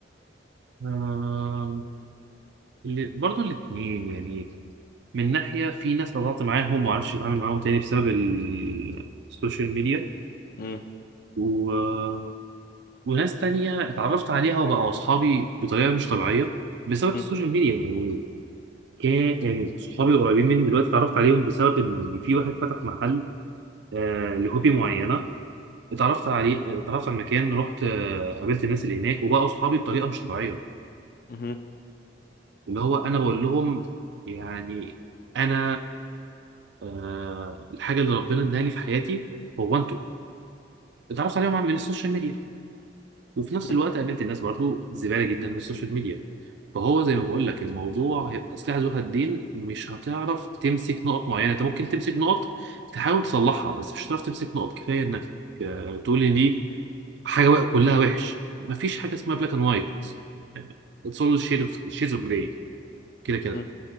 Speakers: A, on the right; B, on the left.
A: آم، اللي- برضو الاتنين يعني من ناحية في ناس قطعت معاهم ومعرفش أتعامل معاهم تاني بسبب ال- السوشيال ميديا
B: مم.
A: و... وناس تانية اتعرفت عليها وبقوا أصحابي بطريقة مش طبيعية بسبب
B: مم.
A: السوشيال ميديا يعني كان يعني صحابي القريبين مني دلوقتي اتعرفت عليهم بسبب إن في واحد فتح محل آه لهوبي معينة اتعرفت عليه اتعرفت على المكان رحت آه قابلت الناس اللي هناك وبقوا أصحابي بطريقة مش طبيعية
B: مم.
A: اللي هو أنا بقول لهم يعني انا آه الحاجه اللي ربنا اداها لي في حياتي هو انتوا اتعرفت عليهم من السوشيال ميديا وفي نفس
B: مم.
A: الوقت قابلت الناس برضو زباله جدا من السوشيال ميديا فهو زي ما بقول لك الموضوع هيبقى سلاح ذو حدين مش هتعرف تمسك نقط معينه انت ممكن تمسك نقط تحاول تصلحها بس مش هتعرف تمسك نقط كفايه انك آه، تقول ان دي حاجه بقى كلها وحش مفيش حاجه اسمها بلاك اند وايت اتس اول شيدز اوف جراي كده كده
B: مم.